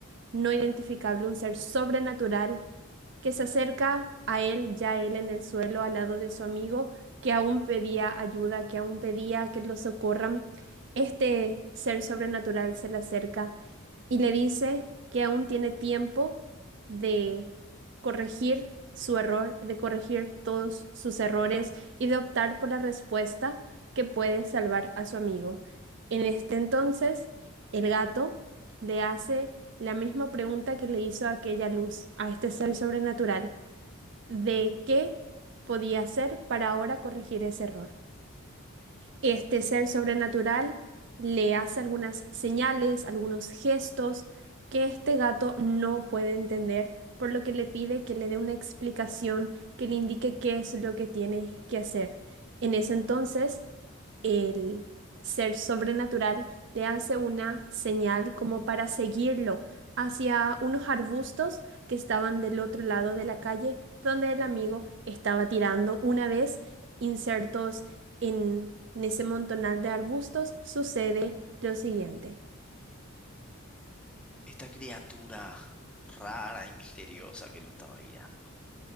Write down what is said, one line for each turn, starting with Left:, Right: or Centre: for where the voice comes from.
Right: no identificable, un ser sobrenatural que se acerca a él, ya él en el suelo, al lado de su amigo, que aún pedía ayuda, que aún pedía que lo socorran. Este ser sobrenatural se le acerca y le dice que aún tiene tiempo de corregir su error, de corregir todos sus errores y de optar por la respuesta que puede salvar a su amigo. En este entonces, el gato le hace la misma pregunta que le hizo a aquella luz, a este ser sobrenatural, de qué podía hacer para ahora corregir ese error. Este ser sobrenatural le hace algunas señales, algunos gestos que este gato no puede entender, por lo que le pide que le dé una explicación que le indique qué es lo que tiene que hacer. En ese entonces, el ser sobrenatural le hace una señal como para seguirlo hacia unos arbustos que estaban del otro lado de la calle donde el amigo estaba tirando. Una vez insertos en en ese montonal de arbustos, sucede lo siguiente.
Centre: Esta criatura rara y misteriosa que lo estaba guiando.